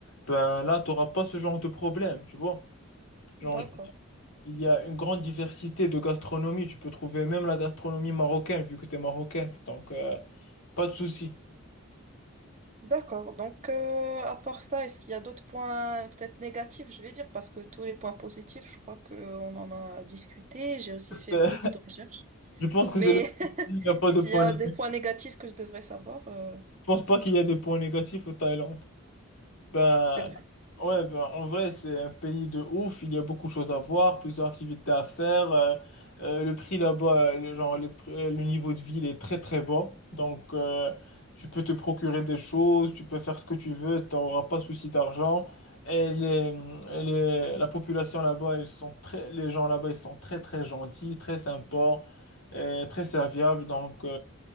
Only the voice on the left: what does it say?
ben là, tu n'auras pas ce genre de problème, tu vois. Genre,
il y a une grande diversité de gastronomie. Tu peux trouver même la gastronomie marocaine, vu que tu es marocaine. Donc, euh, pas de souci.
Euh,
je pense que
c'est là où il
n'y a pas
de points
négatifs.
Je pense pas qu'il y a des points négatifs au Thaïlande. Ben,
ouais, ben, en vrai, c'est un pays de ouf. Il y a beaucoup de choses à voir, plusieurs activités à faire. euh, euh, le prix là-bas, euh, le- genre, le, prix- euh, le niveau de vie, il est très très bas. Donc, euh, tu peux te procurer des choses, tu peux faire ce que tu veux, tu n'auras pas souci d'argent. Et les, euh, les- la population là-bas, ils sont très, les gens là-bas, ils sont très très gentils, très sympas, et très serviables. Donc, tu